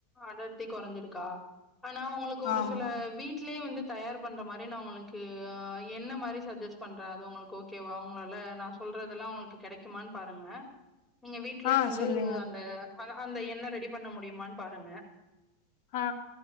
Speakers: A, in the centre; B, on the left.
A: அடர்த்தி கொறஞ்சிருக்கா ஆனா உங்களுக்கு ஒரு
B: ஆமா
A: சில வீட்லே வந்து தயார் பண்ற மாரி நா உங்களுக்கு என்ன மாரி சஜெஸ்ட் பண்றே அது உங்களுக்கு ஓகேவா உங்களால நா சொல்றதெல்லா உங்களுக்கு கெடைக்குமான் பாருங்க நீங்க வீட் லே
B: ஆ
A: வந்து
B: சொல்லுங்க
A: அந்த அந்த எண்ணெ ரெடி பண்ண முடியுமான் பாருங்க
B: ஆ